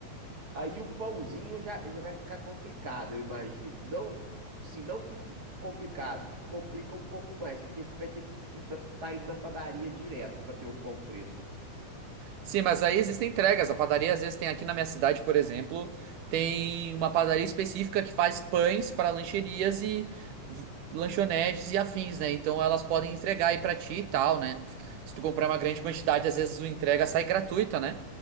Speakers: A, on the right; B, on the right.
A: Aí o pãozinho já, já vai ficar complicado, eu imagino. Não, se não que fique complicado, que complica um pouco mais, porque você vai ter que ir na, tá indo na padaria direto para ter o pão fresco.
B: Sim, mas aí existem entregas. A padaria às vezes tem aqui na minha cidade, por exemplo, tem uma padaria específica que faz pães para lancherias e v- lanchonetes e afins, né? Então elas podem entregar aí pra ti e tal, né? Se tu comprar uma grande quantidade, às vezes o entrega sai gratuita, né?